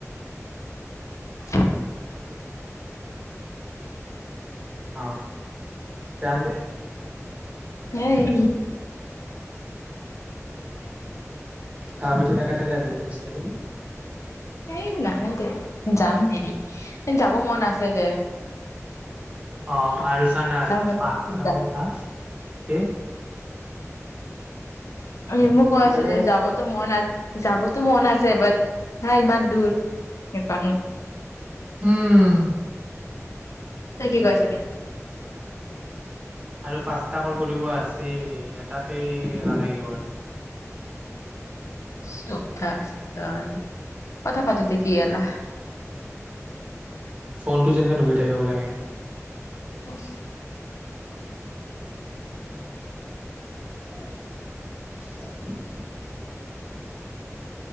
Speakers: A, on the left; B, on the right.
A: <unintelligible>
B: অ দে
A: এই
B: হভতি ন কাট যাবি গুচি যাব
A: এই নাহয় যে যাম দেৰি যাব মন আছে যে
B: অ আৰু চানা আৰু
A: যাম।
B: পাঁচটা কলা হা ক
A: সি মোক কৈ
B: কি
A: আছিল
B: কলে
A: যাবতো মন আ যাবতো মন আছে বাট হা ইমান দূৰ সুৱা
B: উম
A: তই কি কৈ আছিলি
B: আৰু পাঁচটা কল কৰিব আছে এটাতে এলাগি গ'ল
A: চুপ থাক তই কথা পাতিতে কি এলেহ
B: ফোনটো যেনেকে ধৰি থাকিব লাগে
A: উম
B: উম উম